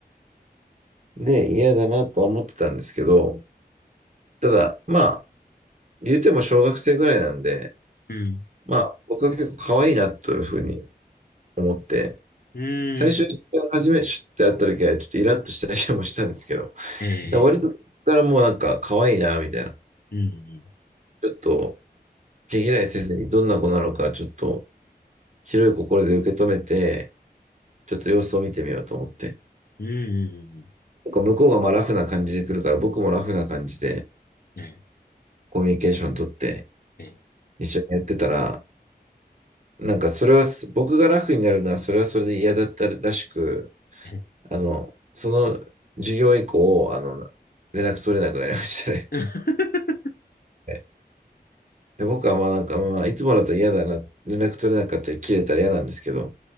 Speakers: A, on the right; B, on the left.
A: うん、で、嫌だなとは思ってたんですけど、ただ、まあ、言うても小学生ぐらいなんで、
B: ー、
A: まあ、僕は結構可愛いなというふうに思って、
B: うん、
A: 最初、
B: うん、
A: 初め、シュッて会った時はちょっとイラッとしたりもしたんですけど、だか
B: えー、
A: ら割と、からもうなんか可愛いな、みたいな。
B: うん、
A: ちょっと、毛嫌いせずにどんな子なのか、ちょっと、広い心で受け止めて、ちょっと様子を見てみようと思って。
B: うん、うん、うん、
A: 結構向こうがまあラフな感じで来るから、僕もラフな感じで、
B: うん、え
A: コミュニケーション取って
B: ー、えー、
A: 一緒にやってたら、なんかそれはす僕がラフになるのはそれはそれで嫌だったらしく、
B: え
A: あの、その授業以降、あの、連絡取れなくなりましたね。
B: <laughs>
A: <laughs> で、僕はまあなんか、まあいつもだったら嫌だな、連絡取れなかったり切れたら嫌なんですけど、